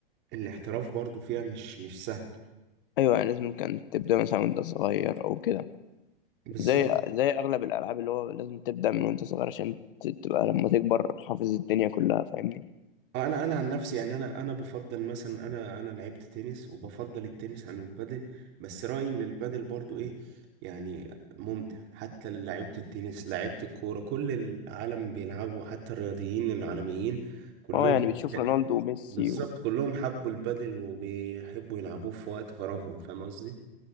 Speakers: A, on the right (about 40°); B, on the left (about 65°).
A: الاحتراف برضو فيها مش مش سهل
B: ايوه يعني لازم كانت تبدا مثلا وانت صغير او كده
A: بالظبط
B: زي زي اغلب الالعاب اللي هو لازم تبدا من وانت صغير عشان ت- تبقى لما تكبر حافظ الدنيا كلها فاهمني
A: اه انا انا عن نفسي يعني انا انا بفضل مثلا انا انا لعبت تنس وبفضل التنس عن البادل بس رأيي ان البادل برضو ايه يعني ممتع حتى لعيبة التنس لعيبة الكورة كل العالم بيلعبوا حتى الرياضيين العالميين كلهم
B: اه يعني بتشوف رونالدو وميسي
A: بالظبط
B: و...
A: كلهم حبوا البادل وبيحبوا يلعبوه في وقت فراغهم فاهم قصدي